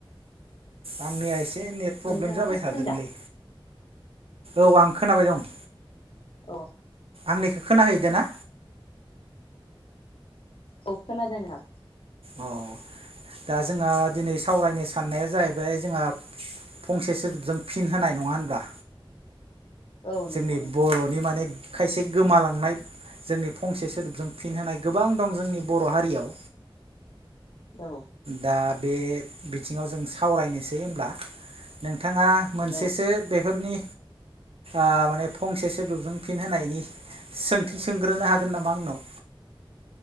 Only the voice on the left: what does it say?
नोंथाङा
खोनादों
दा?
अ
औ खोनादों <unintelligible>
औ
नंगौ नोंथां
औ
औ